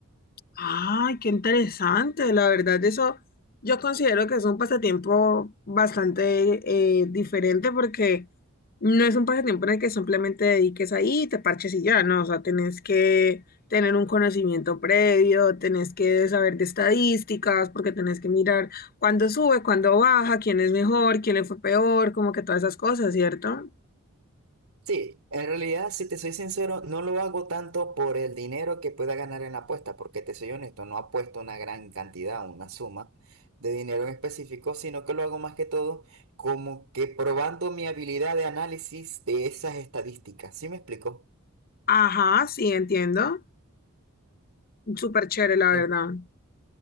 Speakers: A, on the left; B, on the right.
A: Ay, qué interesante, la verdad, eso yo considero que es un pasatiempo bastante eh, diferente porque no es un pasatiempo en el que simplemente dediques ahí y te parches y ya, no, o sea, tenés que tener un conocimiento previo, tenés que saber de estadísticas, porque tenés que mirar cuándo sube, cuándo baja, quién es mejor, quién le fue peor, como que todas esas cosas, ¿cierto?
B: Sí, en realidad, si te soy sincero, no lo hago tanto por el dinero que pueda ganar en la apuesta, porque te soy honesto, no apuesto una gran cantidad, una suma de dinero en específico, sino que lo hago más que todo como que probando mi habilidad de análisis de esas estadísticas. ¿Sí me explico?
A: Ajá, sí, entiendo. Súper chévere, la
B: En-
A: verdad.